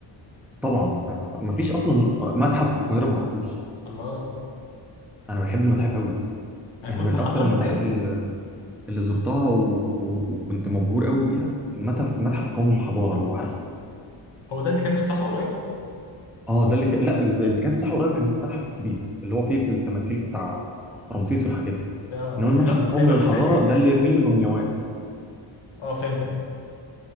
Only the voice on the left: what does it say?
الله
انا
كنت
حضرت
هو ده اللي كان افتتاحه قريب
ده
كان- لا تقريبا
من
سنتين كده
اه فهمتك